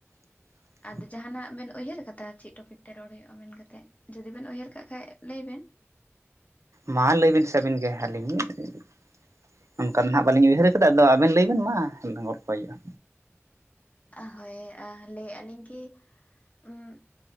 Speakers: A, on the right; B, on the left.
A: <inaudible>
B: ᱟᱫᱚ ᱡᱟᱦᱟᱸᱱᱟᱜ ᱵᱮᱱ ᱩᱭᱦᱟᱹᱨ ᱟᱠᱟᱫᱟ ᱪᱮᱫ ᱴᱚᱯᱤᱠ ᱛᱮ ᱨᱚᱲ ᱦᱩᱭᱩᱜᱼᱟ ᱢᱮᱱᱠᱟᱛᱮ᱾ ᱡᱩᱫᱤ ᱵᱮᱱ ᱩᱭᱦᱟᱹᱨ ᱠᱟᱜ ᱠᱷᱟᱡ ᱞᱟᱹᱭ ᱵᱮᱱ?
A: ᱢᱟ ᱞᱟᱹᱭ ᱵᱤᱱ ᱥᱮᱵᱤᱱ ᱜᱮ ᱦᱟᱹᱞᱤᱧ <unintelligible> ᱚᱱᱠᱟ ᱫᱚ ᱱᱟᱦᱟᱸᱜ ᱵᱟᱹᱞᱤᱧ ᱩᱭᱦᱟᱹᱨ ᱟᱠᱟᱫᱟ᱾ ᱟᱫᱚ ᱟᱵᱮᱱ ᱞᱟᱹᱭᱵᱱ ᱢᱟ ᱜᱚᱞᱯᱚ ᱦᱩᱭᱩᱜᱼᱟ᱾
B: ᱟᱦ ᱦᱳᱭ ᱟ ᱞᱟᱹᱭ ᱟᱹᱞᱤᱧ ᱠᱤ ᱩᱸᱜ